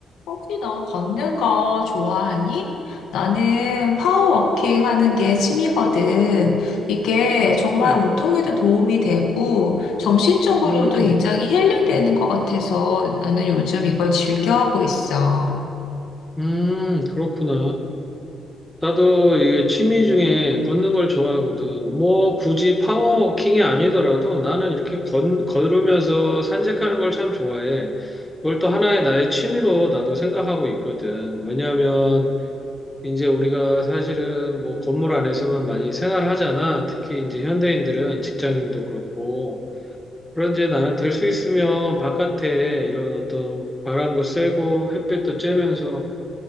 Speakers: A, on the left; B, in the centre.
A: 혹시 너 걷는 거 좋아하니? 나는 파워워킹 하는 게 취미거든. 이게 정말
B: 음,
A: 운동에도 도움이 되고 정신적으로도
B: 음,
A: 굉장히 힐링되는 것 같아서 나는 요즘 이걸 즐겨하고 있어.
B: 음, 그렇구나. 나도 이게 취미 중에 걷는 걸 좋아하거든. 뭐 굳이 파워워킹이 아니더라도 나는 이렇게 건, 걸으면서 산책하는 걸 참 좋아해. 그걸 또 하나의 나의 취미로 나도 생각하고 있거든. 왜냐하면 이제 우리가 사실은 뭐 건물 안에서만 많이 생활하잖아. 특히 이제 현대인들은 직장인도 그렇고. 그런데 나는 될 수 있으면 바깥에 이런 어떤 바람도 쐬고 햇빛도 쬐면서